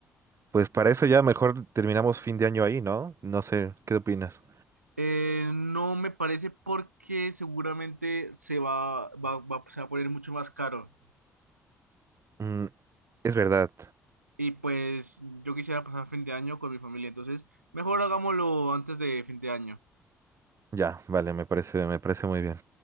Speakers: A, on the right; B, on the right.
A: pues para eso ya mejor terminamos fin de año ahí, ¿no? No sé, ¿qué opinas?
B: Eh, no me parece porque seguramente se va, va, va- se va a poner mucho más caro.
A: Mm, es verdad.
B: Y pues yo quisiera pasar fin de año con mi familia, entonces mejor hagámoslo antes de fin de año.
A: Ya, vale, me parece, me parece muy bien.